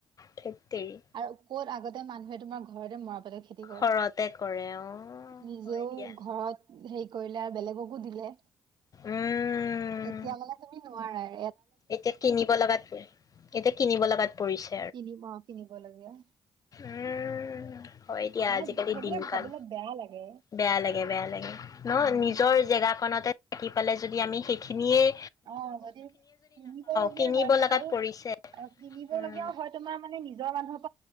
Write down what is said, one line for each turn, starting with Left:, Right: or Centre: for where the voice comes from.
Left: থেট তেৰি
Right: আৰু ক'ত আগতে মানুহে তোমাৰ ঘৰতে মৰাপা খেতি কৰে,
Left: ঘৰতে কৰে অ'
Right: নিজেও
Left: হয় দিয়া
Right: ঘৰত হে কৰিলে আৰু বেলেগকো দিলে
Left: উম
Right: এতিয়া মানে তুমি ন <unintelligible>
Left: এতিয়া কিনিব লগাত পৰে, এতিয়া কিনিব লগাত পৰিছে
Right: কিনি মকে নিবলগীয়া
Left: উ', হয় দিয়া
Right: মানে
Left: আজিকালি
Right: সেইবিলাক
Left: দিনকাল,
Right: ভাবিলে বেয়া লাগে
Left: বেয়া লাগে-বেয়া লাগে ন,
Right: উম
Left: নিজৰ জেগাকনতে থাকি পালে যদি আমি সেইখিনিয়েই
Right: অ', যদি কিনিব লগীয়া
Left: কিনিব
Right: হয় ন,
Left: লগাত
Right: আৰু
Left: পৰিছে
Right: অ, কিনিব
Left: উম
Right: লগীয়াও হয় তোমাৰ মানে নিজৰ মানুহ